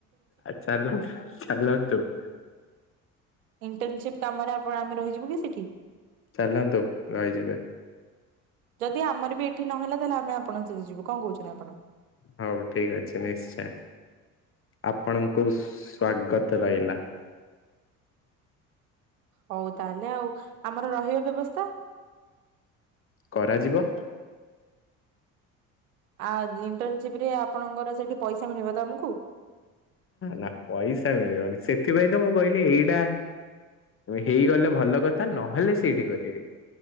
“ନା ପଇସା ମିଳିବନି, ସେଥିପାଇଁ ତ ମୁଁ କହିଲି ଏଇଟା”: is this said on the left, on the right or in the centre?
Left